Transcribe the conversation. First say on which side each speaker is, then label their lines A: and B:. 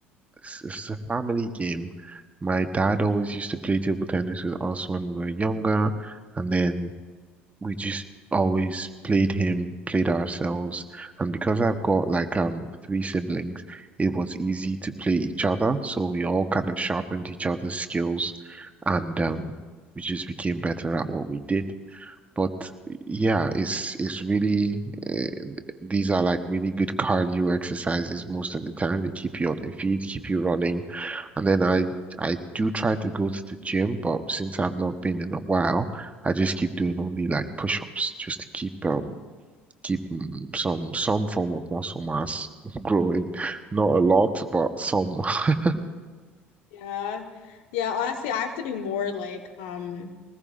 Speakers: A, on the right; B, on the left.
A: it's, it's a family game. My dad always used to play table tennis with us when we were younger, and then we just always played him, played ourselves. And because I've got like um three siblings, it was easy to play each other, so we all kind of sharpened each other's skills, and um,
B: Mm.
A: we just became better at what we did. But yeah, it's it's really uh, these are like really good cardio exercises most of the time. They keep you on your feet, keep you running. And then I I do try to go to the gym, but since I've not been in a while, I just keep doing only like push-ups just to keep um keep mm, some some form of muscle mass <laughs> growing. Not a lot, but some. <laughs>
B: Yeah. Yeah, honestly, I have to do more like um